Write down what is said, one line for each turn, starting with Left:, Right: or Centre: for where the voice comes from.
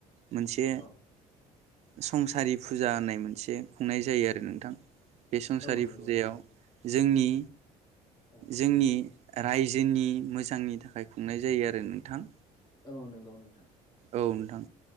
Right: मोनसे
Left: औ
Right: संसारि फुजा होननाय मोनसे खुंनाय जायो आरो नोंथां बे संसारि
Left: औ नंगौ
Right: फुजायाव
Left: नोंथां
Right: जोंनि
Left: औ
Right: जोंनि रायजोनि मोजांनि थाखाय खुंनाय जायो आरो नोंथां
Left: औ नंगौ नोंथां
Right: औ नोंथां